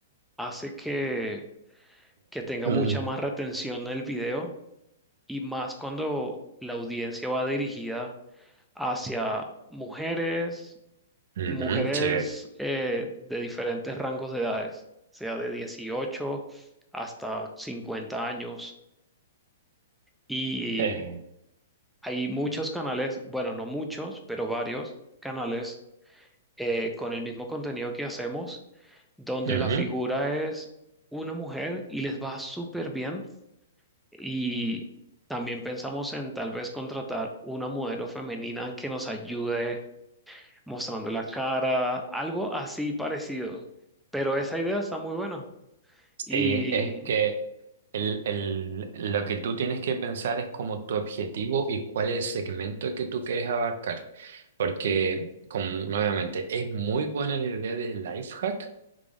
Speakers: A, in the centre; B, on the right.
A: hace que, que tenga
B: mm,
A: mucha más retención en el video y más cuando la audiencia va dirigida. hacia mujeres,
B: ujú,
A: mujeres
B: sí,
A: eh, de diferentes rangos de edades, o sea, de 18 hasta 50 años. Y
B: eh,
A: hay muchos canales, bueno, no muchos, pero varios canales eh, con el mismo contenido que hacemos, donde
B: ujú.
A: la figura es una mujer y les va súper bien. Y también pensamos en tal vez contratar una modelo femenina que nos ayude mostrando la cara, algo así parecido. Pero esa idea está muy buena. Y
B: Sí, es que el, el- lo que tú tienes que pensar es como tu objetivo y cuál es el segmento que tú quieres abarcar. Porque, como nuevamente, es muy buena la idea del life hack,